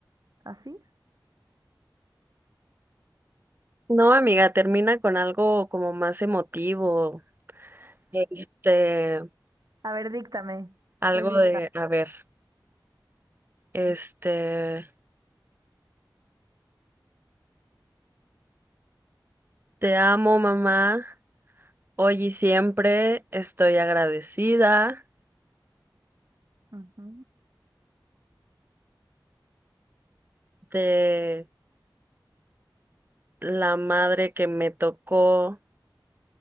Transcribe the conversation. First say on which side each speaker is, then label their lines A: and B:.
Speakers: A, on the right; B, on the right.
A: ¿Así?
B: No, amiga, termina con algo como más emotivo, Eh, este,
A: A ver, díctame.
B: algo
A: Estoy lista.
B: de, a ver, este, te amo, mamá, hoy y siempre estoy agradecida
A: Ujú.
B: de la madre que me tocó